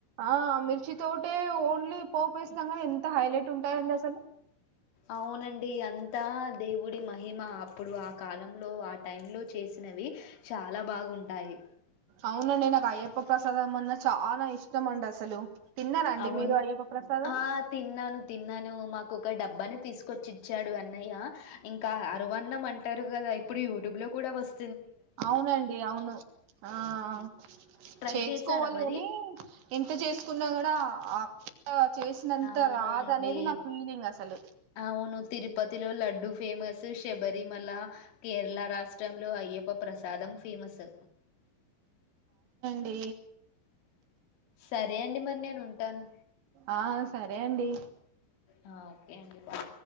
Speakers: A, on the right; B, on the left.
A: ఆ మిర్చిద్ తోటే ఓన్లీ పోపేస్తం గని ఎంత హైలైట్ ఉంటదంటె అసలు
B: అవునండి, అంతా దేవుడి మహిమ అప్పుడు ఆ కాలంలో ఆ టైమ్ లో చేసినవి చాలా బాగుంటాయి.
A: అవునండి నాకు అయ్యప్ప ప్రసాదం అన్నా చాలా ఇష్టమండ అసలు తిన్నారా అండి
B: అవున్
A: మీరు అయ్యప్ప ప్రసాదం
B: ఆ తిన్నాను తిన్నాను మాక్ ఒక డబ్బాని తీసుకొచ్చి ఇచ్చాడు అన్ అన్నయ్య ఇంకా ఆరొ వన్నం అంటారు కదా ఇప్పుడు యూట్యూబ్ లో కూడా వస్
A: అవునండి అవును ఆ ఆ
B: ట్రై
A: చేసుకోవాలి
B: చేశారా మరి
A: గని, ఎంత చేసుకున్నా కూడా ఆ ఆ.. చేసినంత
B: అవును
A: రాదఅనేది
B: అండి
A: నా ఫీలింగ్ అసలు
B: అవును తిరుపతిలో లడ్డూ ఫేమస్ సర్ శబరిమల కేరళ రాష్ట్రంలో అయ్యప్ప ప్రసాదం ఫేమస్స్
A: డి
B: సరే అండి మరి నేను ఉంటాను.
A: ఆ సరే అండి
B: ఆ ఓకే అండి బాయ్